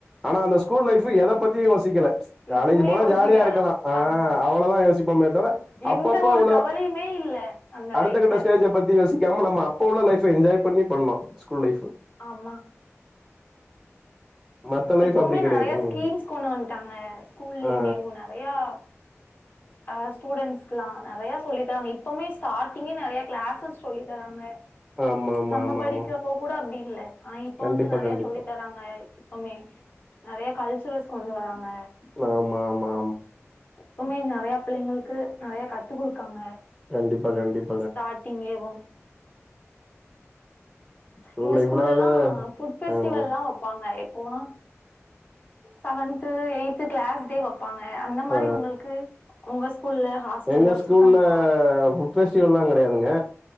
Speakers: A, in the centre; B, on the left.
A: ஆனா அந்த ஸ்கூல் லைஃப் எத பத்தியு யோசிக்கல காலேஜி
B: எதுவுமே
A: போனா
B: யோசிக்க
A: ஜாலியா
B: வேணாம்
A: இருக்கலா ஆ
B: ஆமா
A: அவ்வளதா யோஷ் மே தவ்ர
B: எந்த
A: அப்பப்ப
B: ஒரு
A: ம் அவ்ள
B: கவலையுமே இல்ல அந்த
A: அடுத்த
B: லைஃப்ல
A: கட்ட ஸ்டேஜ் ஜ பத்தி யோசிக்காம நம்ம அப்ப உள்ள லைஃப என்ஜாய் பண்ணி பண்ணோ ஸ்கூல் லைஃபு
B: ஆமா
A: மத்த லைஃப்
B: இப்பவுமே
A: அப்டி கெடையாது
B: நெறைய
A: ம்
B: ஸ்கீம்ஸ் கொண்டு வன்ட்டாங்க ஸ்கூல்லயுமேவு
A: ஆ
B: நெறயா ஆ ஸ்டூடண்ட்ஸ்க்குலாம் நெறயா சொல்லி தராங்க இப்பமே ஸ்டார்டிங்கே நெறய க்ளாஸஸ் சொல்லி தராங்க
A: ஆமா ஆமா
B: நம்ம
A: ஆமா
B: படிக்கிறப்போ
A: ஆமா
B: கூட அப்படி இல்ல ஆனா இப்ப
A: கண்டிப்பா
B: வந்து நிறைய
A: கண்டிப்பா
B: சொல்லி தராங்க எப்பமே நெறைய கல்ச்சுரல்ஸ் கொண்டு வராங்க
A: நா ஆமாம்மா
B: எப்பமே நெறையா பிள்ளைங்களுக்கு நெறைய கத்து குடுக்காங்க
A: கண்டிப்பா கண்டிப்
B: ஸ்டாட்டிங்கேவும்
A: ஸ்கூல்
B: எங்க
A: லைஃப்னா
B: ஸ்கூல்லெலா
A: அது
B: ஃபுட் ஃபெஸ்டிவல்லா
A: ம்
B: வைப்பாங்க எப்பவேனா செவன்த்து எய்த்து க்ளாஸ்டெ வப் பாங்க அந்த மாரி
A: ஆ
B: ஒங்கள்க்கு ஒங்க ஸ்கூல்ல ஹாஸ்டல்ல
A: எங்க
B: வச்சுருக்காங்களா
A: ஸ்கூல்ல ஃபுட் பெஸ்டிவெல்லா கெடையாதுங்க